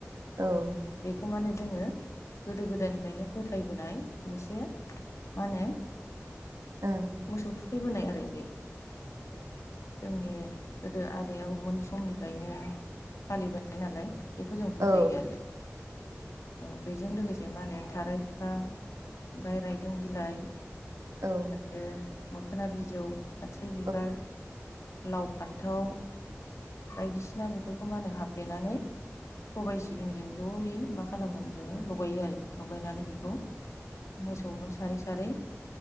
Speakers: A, on the right; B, on the left.
A: औ
B: बेखौ माने जोङो गोदो गोदायनिफ्रायनो फोथायबोनाय मोनसे मानो
A: ओं
B: मोसौ थुखैबोनाय आरो बे जोंनि गोदो आबै आबौमोननि समनिफ्रायनो फालिबोनाय नालाय बेखौ जों फोथायो
A: औ
B: आरो। औ बेजों लोगोसे मा होनो थाराय बिफां ओमफाय रायदों बिलाइ
A: औ
B: रो मोखोना बिजौ खाथ्रि
A: औ
B: बिबार लाव फान्थाव बायदिसिना बेफोरखौ मा होनो हाफ्लेनानै सबाय सिबिंजों जयै मा खालामोनो जोंङो लगायो आरो। लगायनानै बेखौ मोसौनोाव सारै सारै